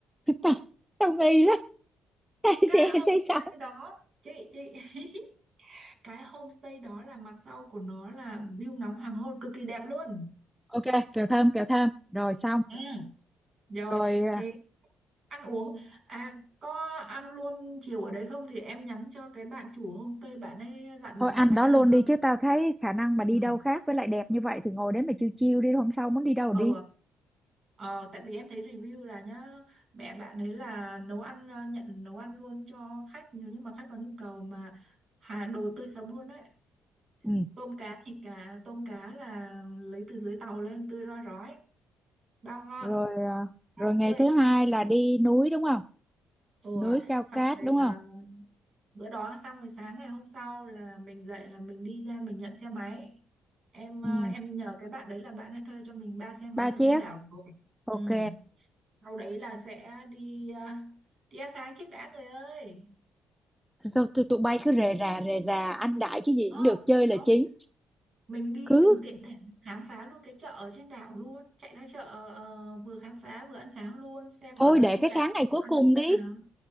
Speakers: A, in the centre; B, on the right.
A: tao tao nghi lắm <laughs>
B: cái
A: say
B: homestay
A: xe say sóng
B: đó chị chị <laughs> cái homestay đó là mặt sau của nó là view ngắm hoàng hôn cực kỳ đẹp luôn
A: ok kẹo thơm kẹo thơm rồi xong
B: ừ rồi
A: rồi à,
B: thế ăn uống à có ăn luôn chiều ở đấy không thì em nhắn cho cái bạn chủ homestay bạn ấy dặn
A: thôi ăn
B: mẹ bạn
A: đó
B: ấy
A: luôn
B: làm cơm
A: đi chứ tao thấy khả năng mà đi
B: ừ
A: đâu khác với lại đẹp như vậy thì ngồi đấy mà chiêu chiêu đi hôm sau muốn đi đâu
B: ừ
A: thì đi
B: ờ, tại vì em thấy review là nhá mẹ bạn ấy là nấu ăn ờ, nhận nấu ăn luôn cho khách nếu như mà khách có nhu cầu mà hà đồ tươi sống luôn đấy
A: ừ.
B: tôm cá thịt cá tôm cá là lấy từ dưới tàu lên tươi rói rói bao ngon
A: rồi à,
B: bao
A: rồi ngày
B: tươi
A: thứ hai là đi núi đúng không
B: Ồ,
A: núi cao
B: xong
A: cát
B: rồi
A: đúng
B: à,
A: không
B: bữa đó xong rồi sáng ngày hôm sau là mình dậy là mình đi ra mình nhận xe máy. Em
A: ừ.
B: à, em nhờ cái bạn đấy là bạn ấy thuê cho mình ba xe máy
A: ba
B: ở
A: chiếc
B: trên đảo rồi. Ừ.
A: ok
B: Sau đấy là sẽ đi à, đi ăn sáng trước đã người ơi.
A: tụi, tụi, tụi bay cứ rề rà rề rà ăn đại cái gì
B: Đó,
A: cũng được chơi là
B: đó.
A: chính
B: Mình đi
A: cứ
B: mình tiện thể mình khám phá luôn cái chợ ở trên đảo luôn, chạy ra chợ ờ, vừa khám phá vừa ăn sáng luôn, xem ở
A: thôi
B: dân
A: để
B: trên
A: cái
B: đảo
A: sáng ngày cuối
B: ăn
A: cùng
B: như
A: đi
B: thế nào.